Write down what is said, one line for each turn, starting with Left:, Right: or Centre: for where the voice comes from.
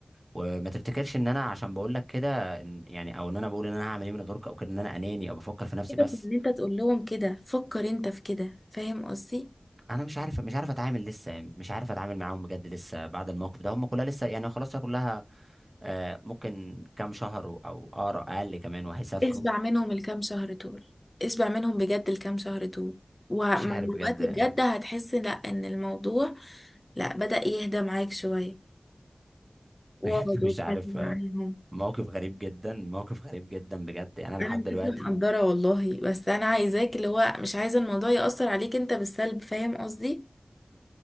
Right: وما تفتكرش ان انا عشان بقول لك كده إن- يعني او ان انا بقول ان انا هعمل ايه من غيرك او كده ان انا اناني او بفكر في نفسي
Left: سيبك
Right: بس
Left: من ان انت تقول لهم كده فكر انت في كده فاهم قصدي
Right: انا مش عارف مش عارف اتعامل لسه مش عارف اتعامل معاهم بجد لسه بعد الموقف ده هم كلها لسه يعني خلاص هي كلها آه، ممكن كام شهر او اقرا اقل كمان وهيسافروا
Left: اشبع منهم الكام شهر دول اشبع منهم بجد الكام شهر دول ومع
Right: مش عارف
Left: الوقت
Right: بجد يعني.
Left: بجد هتحس لا ان الموضوع لا بدأ يهدى معاك شوية واقعد
Right: بجد <laughs>
Left: واتكلم
Right: مش عارف
Left: معاهم
Right: آه، موقف غريب جدا موقف غريب جدا بجد يعني انا
Left: انا
Right: لحد دلوقتي
Left: بجد مقدرة والله بس انا عايزاك اللي هو مش عايزة الموضوع يأثر عليك انت بالسلب فاهم قصدي